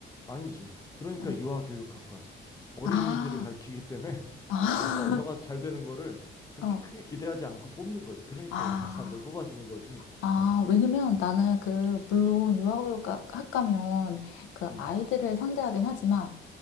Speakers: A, on the left; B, on the left.
A: 아니지. 그러니까
B: 아닌가?
A: 유아교육학과지. 어린이들을
B: 아,
A: 가르치기 때문에
B: <laughs>
A: 내가 언어가 잘 되는 거를 그렇게
B: 아, 어,
A: 크게 기대하지 않고 뽑는 거지. 그러니까
B: 아,
A: 우리나라 사람들을 뽑아주는 거지. <laughs>
B: 아,
A: 어,
B: 왜냐면
A: 어,
B: 나는 그, 물론 유아교육 학과면 그
A: 응,
B: 아이들을 상대하긴 하지만,